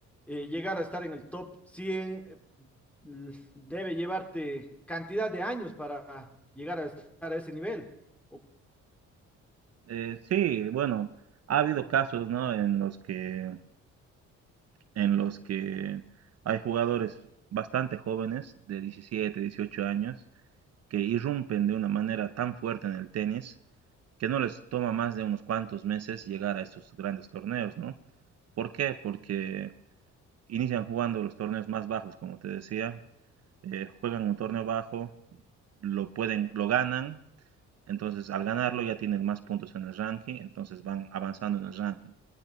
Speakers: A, in the centre; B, on the right (about 55°).
A: eh, llegar a estar en el top 100 eh, l- debe llevarte cantidad de años para llegar a estar a ese nivel. O-
B: Eh, sí, bueno, ha habido casos, ¿no? En los que, en los que hay jugadores bastante jóvenes, de 17, 18 años, que irrumpen de una manera tan fuerte en el tenis que no les toma más de unos cuantos meses llegar a estos grandes torneos, ¿no? ¿Por qué? Porque inician jugando los torneos más bajos, como te decía, eh, juegan un torneo bajo, lo pueden, lo ganan, entonces al ganarlo ya tienen más puntos en el ranking, entonces van avanzando en el ranking.